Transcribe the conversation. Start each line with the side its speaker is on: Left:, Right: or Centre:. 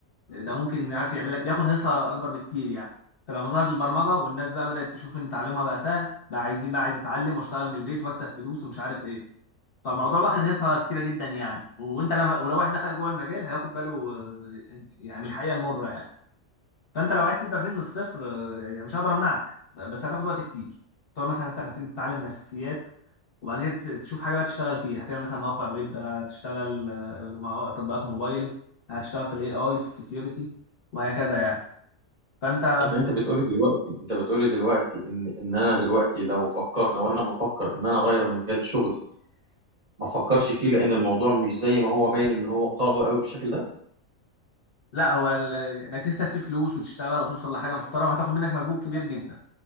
Left: ده ممكن مش عارف يعمل لك بياخد حصه اكبر بكتير يعني فلما ظهرت البرمجه والناس بقى بدات تشوف ان تعلمها بقى سهل بقى عايزين بقى عايز اتعلم واشتغل من البيت واكسب فلوس ومش عارف ايه فالموضوع واخد حصه كتيره جدا يعني وانت لما ولو واحد دخل جوه المجال هياخد باله آه، يعني من الحقيقه المره يعني. فانت لو عايز تبدا فيه من الصفر آه، يعني مش هقدر امنعك بس هتاخد وقت كتير تقعد مثلا سنتين تتعلم الاساسيات وبعد كده ت- تشوف حاجه بقى تشتغل فيها هتعمل مثلا مواقع ويب هتشتغل آه، مع- تطبيقات موبايل هتشتغل في الاي اي في السكيورتي وهكذا يعني فانت
Right: يعني انت بتقولي دلوقتي انت بتقولي دلوقتي ان ان انا دلوقتي لو فكر لو انا بفكر ان انا اغير مجال شغلي ما افكرش فيه لان الموضوع مش زي ما هو باين ان هو قوي قوي بالشكل ده
Left: لا هو ال- انك تكسب فيه فلوس وتشتغل وتوصل لحاجه محترمه هتاخد منك مجهود كبير جدا